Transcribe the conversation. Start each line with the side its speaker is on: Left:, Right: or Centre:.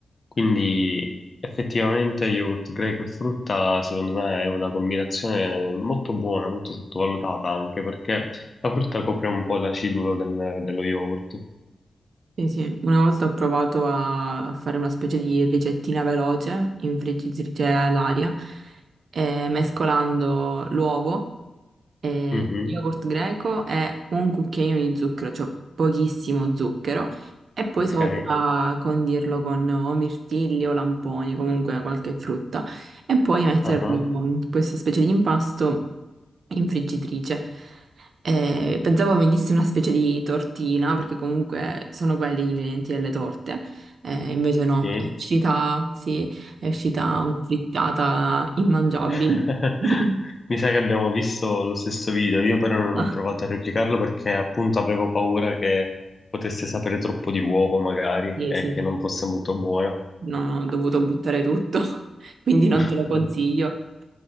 Left: quindi effettivamente yogurt greco e frutta secondo me è una combinazione molto buona, molto sottovalutata anche perché la frutta copre un po' l'acidulo del- dello yogurt.
Right: Sì, sì, una volta ho provato a fare una specie di ricettina veloce in friggitrice all'aria, eh, mescolando l'uovo, eh,
Left: Mhm,
Right: yogurt greco e un cucchiaino di zucchero, cioè pochissimo zucchero, e poi
Left: Ok,
Right: sopra condirlo con o mirtilli o lamponi, comunque qualche frutta, e poi metterlo
Left: ah,
Right: in questa specie di impasto in friggitrice. Eh, pensavo venisse una specie di tortina, perché comunque sono quelli gli ingredienti delle torte, Eh, invece no,
Left: sì.
Right: è uscita, sì, è uscita una frittata immangiabile.
Left: <laughs>
Right: <laughs>
Left: Mi sa che abbiamo visto lo stesso video, io però non
Right: Ah,
Left: ho provato a replicarlo perché appunto avevo paura che potesse sapere troppo di uovo magari
Right: Sì,
Left: e
Right: sì,
Left: che non fosse molto buona.
Right: no, no, ho dovuto buttare tutto, <laughs> quindi non
Left: <laughs>
Right: te lo consiglio.